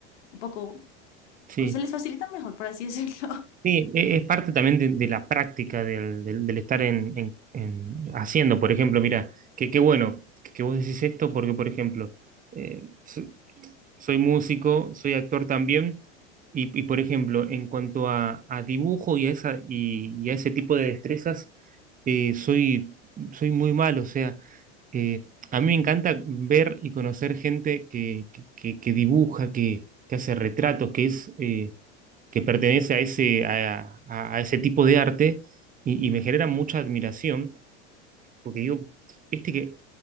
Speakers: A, on the left; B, on the right.
A: un poco,
B: Sí.
A: se les facilita mejor, por así decirlo. <laughs>
B: Sí, e- es parte también de, de la práctica del, del- del estar en, en- en- haciendo, por ejemplo, mira, que qué bueno que que vos decís esto porque, por ejemplo, eh, so- soy músico, soy actor también, y, y, por ejemplo, en cuanto a, a dibujo y a, esa, y, y a ese tipo de destrezas, eh, soy, soy muy malo, o sea, eh, a mí me encanta ver y conocer gente que, que, que- que dibuja, que, que hace retratos, que es... eh, que pertenece a ese, a, a- a ese tipo de arte y, y me genera mucha admiración, porque digo, viste que,